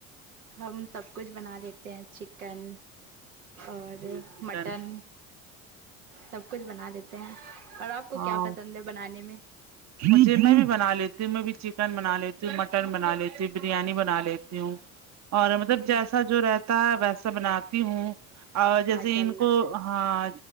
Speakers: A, on the right (about 85°); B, on the right (about 40°).
A: ہم سب کچھ بنا لیتے ہیں چکن اور
B: جی چکن
A: مٹن سب کچھ بنا لیتے ہیں اور آپ کو
B: ہاں
A: کیا پسند ہے بنانے میں
B: مجھے میں بھی بنا لیتی ہوں میں بھی چکن بنا لیتی ہوں مٹن بنا لیتی ہوں بریانی بنا لیتی ہوں اور مطلب
A: ہوں
B: جیسا جو رہتا ہے ویسا بناتی ہوں اور جیسے
A: ماشاء
B: ان
A: اللہ
B: کو ہاں